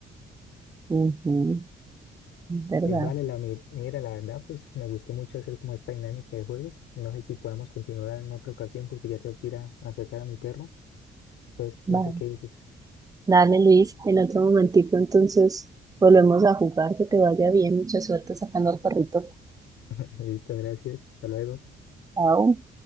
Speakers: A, on the right; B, on the left.
A: Ujú, es ¿verdad?
B: Pues vale, la, mi- mira, la verdad, pues me gustó mucho hacer como esta dinámica de juegos. No sé si podemos continuar en otra ocasión porque ya tengo que ir a, a sacar a mi perro. Entonces,
A: Va.
B: no sé qué dices.
A: Dale Luis, en otro momentico entonces volvemos a jugar, que te vaya bien, mucha suerte sacando al perrito.
B: <laughs> Listo, gracias. Hasta luego.
A: Chao.